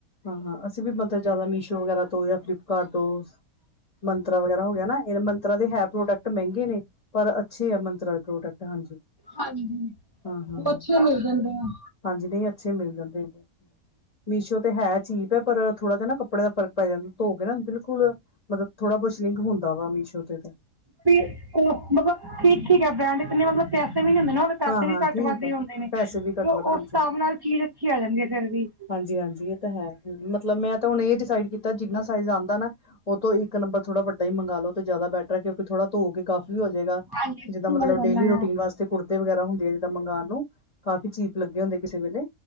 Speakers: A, on the left (about 30°); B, on the right (about 35°).
A: ਹਾਂ- ਹਾਂ, ਅਸੀਂ ਵੀ ਮਤਲਬ ਜ਼ਿਆਦਾ ਮੀਸ਼ੋ ਵਗੈਰਾ ਤੋਂ ਜਾਂ ਫਲਿਪਕਾਰਟ ਤੋਂ ਮੰਤਰਾ ਵਗੈਰਾ ਹੋ ਗਿਆ ਨਾ, ਇਹ ਮੰਤਰਾ ਦੇ ਹੈ ਪ੍ਰੋਡਕਟ ਮਹਿੰਗੇ ਨੇ, ਪਰ ਅੱਛੇ ਆ ਮੰਤਰਾ ਦੇ ਪ੍ਰੋਡਕਟ। ਹਾਂਜੀ।
B: ਹਾਂਜੀ,
A: ਹਾਂ ਹਾਂ
B: ਉਹ ਅੱਛੇ ਮਿਲ ਜਾਂਦੇ ਆ।
A: ਹਾਂਜੀ, ਨਹੀਂ ਅੱਛੇ ਮਿਲ ਜਾਂਦੇ ਨੇ, ਮੀਸ਼ੋ ਤੇ ਹੈ ਚੀਪ ਐ ਪਰ ਥੋੜਾ ਜਾ ਨਾ ਕੱਪੜੇ ਦਾ ਫਰਕ ਪੈ ਜਾਂਦਾ, ਧੋ ਕੇ ਨਾ ਬਿਲਕੁਲ ਮਤਲਬ ਥੋੜਾ ਬਹੁਤ ਸਿੰਕ ਹੰਦਾ ਵਾ ਮੀਸ਼ੋ ਤੇ।
B: ਵੀ ਉਹ ਮਤਲਬ ਠੀਕ-ਠੀਕ ਐ, ਬ੍ਰੈਂਡ ਇੰਨੇ ਮਤਲਬ ਪੈਸੇ ਵੀ ਨੀ ਹੁੰਦੇ ਨਾ ਉਹ ਪੈਸੇ
A: ਹਾਂ
B: ਵੀ
A: ਹਾਂ
B: ਘੱਟ
A: ਠੀਕ
B: ਵੱਧਦੇ
A: ਹੈ
B: ਹੁੰਦੇ ਨੇ,
A: ਪੈਸੇ ਵੀ
B: ਤੇ
A: ਘੱਟ ਵੱਧ
B: ਉਸ
A: ਹਾਂਜੀ
B: ਹਿਸਾਬ ਨਾਲ ਚੀਜ਼ ਅੱਛੀ ਆ ਜਾਂਦੀ ਐ, ਫਿਰ ਵੀ।
A: ਹਾਂਜੀ-ਹਾਂਜੀ, ਇਹ ਤਾਂ ਹੈ ਮਤਲਬ ਮੈਂ ਤਾਂ ਹੁਣ ਇਹ ਡਿਸਾਈਡ ਕੀਤਾ, ਜਿੰਨਾ ਸਾਈਜ਼ ਆਦਾ ਨਾ ਉਹ ਤੋਂ ਇੱਕ ਨੰਬਰ ਥੋੜਾ ਵੱਡਾ ਹੀ ਮੰਗਾ ਲੋ, ਤੇ ਜ਼ਿਆਦਾ ਬੈਟਰ ਐ, ਕਿਉਂਕਿ ਥੋੜਾ ਧੋ ਕੇ ਗੱਡ ਹੋ ਜਾਵੇਗਾ।
B: ਹਾਂਜੀ ਸੁੰਗੜ
A: ਜਿੱਦਾਂ ਮਤਲਬ
B: ਜਾਂਦਾ
A: ਡੇਲੀ ਰੂਟੀਨ
B: ਆ।
A: ਵਾਸਤੇ ਕੁੜ ਤੀ ਵਗੈਰਾ ਹੁੰਦੇ ਆ ਜਿੱਦਾਂ ਮੰਗਾਉਣ ਨੂੰ, ਕਾਫੀ ਚੀਪ ਲੱਗੇ ਹੁੰਦੇ, ਕਿਸੇ ਵੇਲੇ